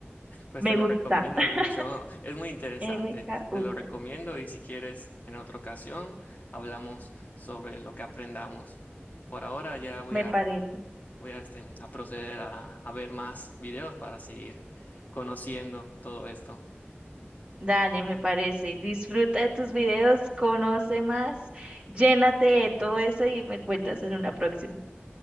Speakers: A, on the left; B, on the right.
A: Pues
B: Me
A: te lo
B: gusta.
A: recomiendo
B: <laughs>
A: mucho, es muy interesante,
B: M K
A: te
B: Ultra.
A: lo recomiendo y si quieres en otra ocasión hablamos sobre lo que aprendamos. Por ahora ya voy
B: Me
A: a
B: parece.
A: voy a, este, a proceder a, a ver más videos para seguir conociendo todo esto.
B: Dale, me parece. Disfruta de tus videos, conoce más, llénate de todo eso y me cuentas en una próxima.